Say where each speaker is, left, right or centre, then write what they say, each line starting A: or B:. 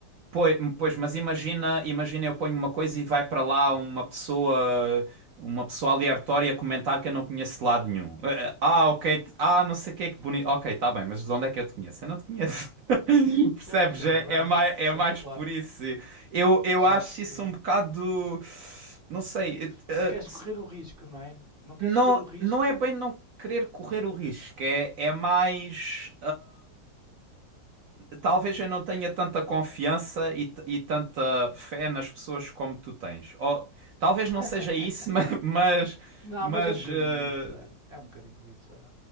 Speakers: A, on the right (about 65°); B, on the right (about 40°).
A: Pois, pois, mas imagina, imagina eu ponho uma coisa e vai para lá uma pessoa, uma pessoa aleatória comentar que eu não conheço de lado nenhum. Eh, eh, Ah, ok, t- ah, não sei o que é que bonito. Ok, tá bem, mas de onde é que eu te conheço? Eu não te conheço. <laughs> Percebes?
B: Pois, é
A: É,
B: verdade.
A: é mais,
B: Sim,
A: é mais
B: claro.
A: por isso. Eu, eu
B: Já
A: acho
B: percebi.
A: isso um bocado, não sei, eh,
B: Não
A: eh,
B: queres
A: s-
B: correr o risco, não é? Não queres
A: não,
B: correr o risco.
A: não é bem não querer correr o risco, é, é mais talvez eu não tenha tanta confiança e, t- e tanta fé nas pessoas como tu tens. Ou talvez
B: <laughs>
A: não seja isso, <laughs> ma- mas,
B: Não,
A: mas,
B: mas é um bocadinho
A: eh,
B: isso, é. É um bocadinho isso, é.